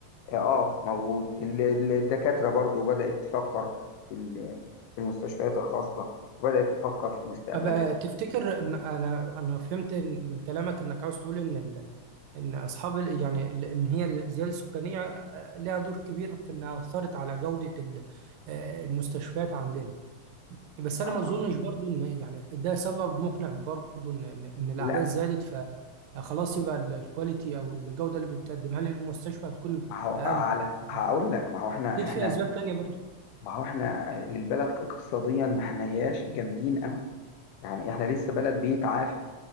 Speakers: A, on the left (about 80°); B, on the right (about 75°).
A: اه آه، موجود ال- ال- الدكاترة برضو بدأت تفكر في ال- في المستشفيات الخاصة وبدأت تفكر في مستقبلها
B: ابقى تفتكر م- انا انا فهمت إن- من كلامك انك عاوز تقول ان ال- ان اصحاب ال- يعني ال- ان هي الزياده السكانيه آه، لها دور كبير في انها اثرت على جوده ال- آه، المستشفيات عندنا بس انا
A: اه
B: ما اظنش برضو ان يعني ده سبب مقنع برضو ان ان إن الاعداد
A: لا
B: زادت فخلاص
A: بص،
B: يبقى ال- الكواليتي او الجوده اللي بتقدمها للمستشفى هتكون
A: ما هو
B: اقل
A: على
B: يعني.
A: هقول لك ما هو احنا
B: اكيد
A: احنا
B: في اسباب تانية برضو
A: ما هو احنا للبلد اقتصاديا ما احناش جامدين قوي يعني احنا لسه بلد بيتعافى